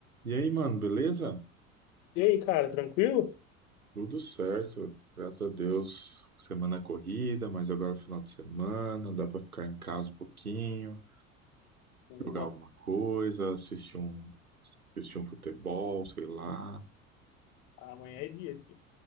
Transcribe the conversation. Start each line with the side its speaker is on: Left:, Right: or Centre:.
Right: E aí, mano, beleza?
Left: E aí, cara, tranquilo?
Right: Tudo certo, graças a Deus. Semana corrida, mas agora é final de semana, dá pra ficar em casa um pouquinho,
Left: Boa.
Right: jogar alguma coisa, assistir um, assistir um futebol, sei lá.
Left: Amanhã é dia, filho.